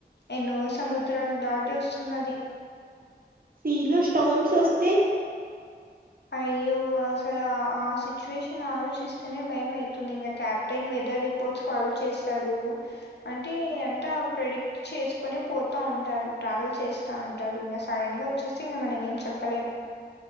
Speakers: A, on the left; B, on the right.
A: ఎన్నో సముద్రాలు దాటి వస్తుంది అది.
B: సీలో స్టార్మ్స్ వస్తే
A: అయ్యో అసలు ఆ సిచ్యుయేషన్ ఆలోచిస్తేనే భయం అయితుంది. ఇంకా క్యాప్టెన్ వెదర్ రిపోర్ట్స్ ఫాలో చేస్తాడు. అంటే ఎంత ప్రెడిక్ట్ చేసుకుని పోతా ఉంటారు. ట్రావెల్ చేస్తా ఉంటారు. ఇంక సడన్ గా వచ్చేస్తే ఇంగ మనం ఏం చెప్పలేం.